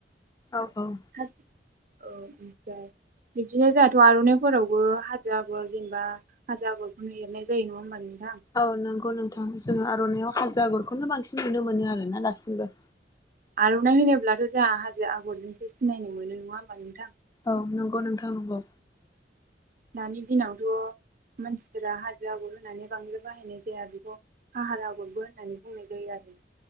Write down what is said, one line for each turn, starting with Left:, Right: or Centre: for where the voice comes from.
Left: औ औ
Right: धोद औ ओ ओमफ्राय बिब्दिनो जाहाथ' आर'नायफोरावबो हाजो आगर जेनेबा हाजो आगरखौनो एरनाय जायो नङा होनबानो
Left: औ नंगौ नोंथां जोङो आर'नायाव हाजो आगरखौनो बांसिन नुनो मोनो आरोना दासिमबो
Right: आर'नाय होनोब्लाथ' जाहा हाजो आगरजोंसो सिनायनो मोनो नङा होमबा नोंथां
Left: औ नंगौ नोंथां नंगौ।
Right: दानि दिनावथ' मानसिफोरा हाजो आगर होनानै बांद्राय बाहायनाय जाया बेखौ फाहार आगरबो होननानै बुंनाय जायो आरो